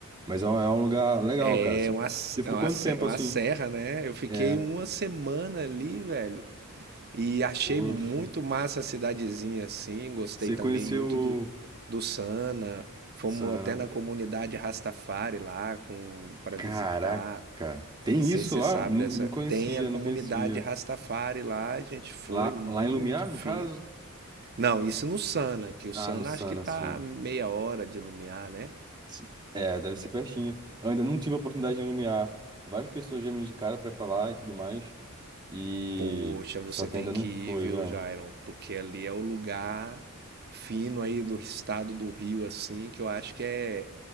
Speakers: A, on the right; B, on the right.
A: Mas é um, é um lugar legal,
B: é
A: cara. Você,
B: uma,
A: você ficou
B: é uma,
A: quanto tempo
B: é uma
A: assim?
B: serra, né? Eu fiquei
A: É,
B: uma semana ali, velho, e achei
A: poxa.
B: muito massa a cidadezinha, assim. Gostei
A: Você
B: também
A: conheceu.
B: muito do, do Sana. Fomos
A: Sana.
B: até na comunidade Rastafari lá com, para
A: Caraca,
B: visitar.
A: tem
B: Não sei
A: isso
B: se você
A: lá?
B: sabe
A: Não,
B: dessa.
A: não conhecia,
B: Tem a comunidade
A: não conhecia.
B: Rastafari lá, a gente foi
A: Lá,
B: muito
A: lá em Lumiar,
B: fino.
A: no caso?
B: Não, isso no Sana,
A: Lá-
B: que o Sana
A: Ah, no Sana,
B: acho que tá
A: sim.
B: meia hora de Lumiar, né?
A: Sim. É, deve ser pertinho. Eu ainda não tive a oportunidade de Lumiar. Várias pessoas já me indicaram pra ir pra lá e tudo mais. E.
B: Poxa, você
A: Só que
B: tem
A: ainda
B: que
A: não foi,
B: ir, viu,
A: vai.
B: Jairon? Porque ali é o lugar fino aí do estado do Rio, assim, que eu acho que é,